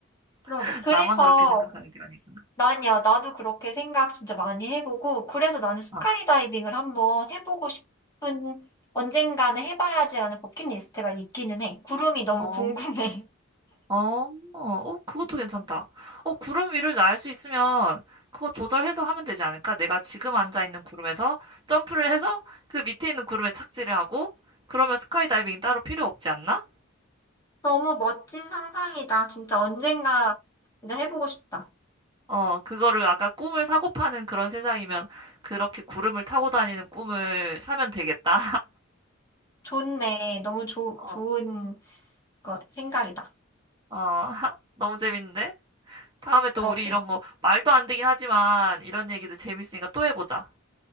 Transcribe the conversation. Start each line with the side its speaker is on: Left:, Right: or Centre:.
Left: 그러게.
Right: <laughs>
Left: 그래서,
Right: 나만 그렇게 생각하는 게 아니구나.
Left: 난야, 나도 그렇게 생각 진짜 많이 해보고, 그래서 나는 스카이다이빙을
Right: 아,
Left: 한번 해보고 싶은, 언젠가는 해봐야지라는 버킷리스트가 있기는 해. 구름이 너무
Right: 어,
Left: 궁금해.
Right: 어, 어, 그것도
Left: <laughs>
Right: 괜찮다. 어, 구름 위를 날 수 있으면 그거 조절해서 하면 되지 않을까? 내가 지금 앉아 있는 구름에서 점프를 해서 그 밑에 있는 구름에 착지를 하고 그러면 스카이다이빙 따로 필요 없지 않나?
Left: 너무 멋진 상상이다. 진짜 언젠가 진짜 해보고 싶다.
Right: 어, 그거를 아까 꿈을 사고 파는 그런 세상이면 그렇게 구름을 타고 다니는 꿈을 사면 되겠다.
Left: 좋네. 너무 조,
Right: <laughs>
Left: 좋은 거, 생각이다.
Right: 어, 어, <laughs> 너무 재밌는데? 다음에 또
Left: 그러게.
Right: 우리 이런 거 말도 안 되긴 하지만 이런 얘기도 재밌으니까 또 해보자.